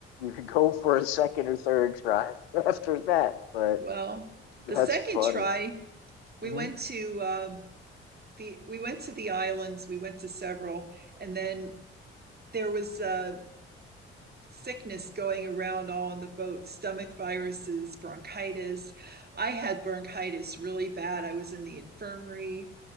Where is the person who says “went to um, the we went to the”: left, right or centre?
Right